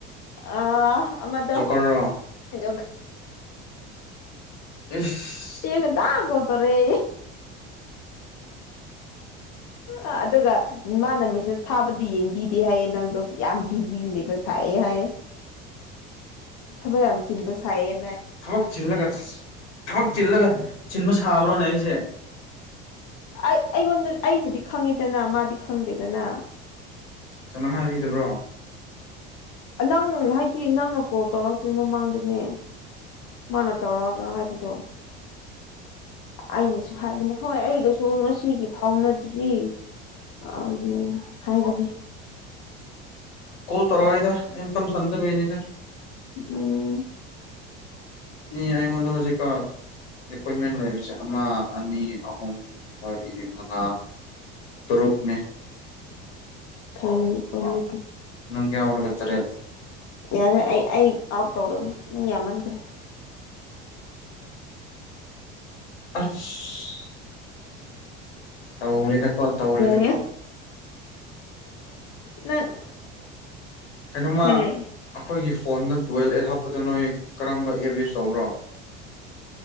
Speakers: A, on the left; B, on the left.
A: ꯑ ꯑꯃꯗꯣ
B: ꯖꯣꯀꯔꯔꯣ
A: ꯌ
B: ꯏꯁ
A: ꯑꯌꯨꯛ ꯉꯟꯇꯥ ꯀꯣꯜ ꯇꯣꯔꯦ
B: <unintelligible>
A: ꯑ ꯑꯗꯨꯒ ꯃꯥꯅ ꯃꯦꯁꯦꯁ ꯊꯥꯕꯗꯤ ꯌꯦꯡꯕꯤꯗꯦ ꯍꯥꯏꯌꯦ ꯅꯪꯗꯣ ꯌꯥꯝ ꯕꯤꯖꯤ ꯂꯩꯕ ꯁꯥꯏꯌꯦ ꯍꯥꯏꯌꯦ
B: <unintelligible>
A: ꯊꯕꯛ ꯌꯥꯝ ꯆꯤꯟꯕ ꯁꯥꯏꯌꯦ
B: ꯊꯕꯛ ꯆꯤꯜꯂꯒ ꯊꯕꯛ ꯆꯤꯜꯂꯒ ꯆꯤꯟꯕ ꯁꯥꯕ꯭ꯔꯣꯅꯦ ꯑꯩꯁꯦ
A: ꯑꯩ ꯑꯩꯉꯣꯟꯗ ꯑꯩꯕꯨꯗꯤ ꯈꯪꯉꯤꯗꯅ ꯃꯥꯗꯤ ꯈꯪꯗꯦꯗꯅꯥ
B: ꯆꯅ ꯍꯥꯏꯕꯤꯗꯕ꯭ꯔꯣ
A: ꯅꯪ ꯍꯥꯏꯗꯤ ꯅꯪꯅ ꯀꯣꯜ ꯇꯧꯔꯛꯇꯤ ꯃꯃꯥꯡꯗꯅꯦ ꯃꯥꯅ ꯇꯧꯔꯑꯒ ꯍꯥꯏꯕꯗꯑꯣ ꯑꯩꯅꯁꯨ ꯍꯥꯏꯕꯅꯦ ꯍꯣꯏ ꯑꯩꯒꯁꯨ ꯉꯁꯤꯒꯤ ꯐꯥꯎꯅꯗ꯭ꯔꯤ ꯑ ꯍꯥꯏꯕꯗꯤ
B: ꯇꯧꯔꯣꯏꯗ ꯑꯩ ꯇꯝ ꯁꯪꯗꯕꯩꯅꯤꯗ
A: ꯎꯝ
B: ꯃꯤ ꯑꯩꯉꯣꯟꯗ ꯍꯧꯖꯤꯛꯀꯣ ꯑꯦꯄꯣꯏꯟꯃꯦꯟ ꯂꯩꯕꯁꯦ ꯑꯃ ꯑꯅꯤ ꯑꯍꯨꯝ ꯃꯔꯤ ꯃꯉꯥ ꯇꯔꯨꯛꯅꯦ
A: ꯐꯩꯅꯦꯀꯣ ꯃꯤꯗꯤ
B: ꯅꯪ ꯌꯥꯎꯔꯒ ꯇꯔꯦꯠ
A: ꯌꯥꯔꯦ ꯑ ꯑꯩ ꯑꯥꯎꯠ ꯇꯧꯔꯒꯦ ꯅꯪ ꯌꯥꯝꯃꯟꯈ꯭ꯔꯦ
B: ꯑꯁ ꯇꯧꯔꯦꯗꯀꯣ ꯇꯧꯔꯦꯗ
A: ꯀꯔꯤ
B: ꯀꯣ
A: ꯅꯪ
B: ꯀꯩꯅꯣꯝꯃ
A: ꯀꯔꯤ
B: ꯑꯩꯈꯣꯏꯒꯤ ꯐꯣꯟꯗ ꯗ꯭ꯋꯦꯜ ꯑꯦꯠ ꯍꯥꯞꯄꯗꯣ ꯅꯣꯏ ꯀꯔꯝꯕ ꯑꯦꯞ ꯌꯨꯁ ꯆꯧꯕ꯭ꯔꯣ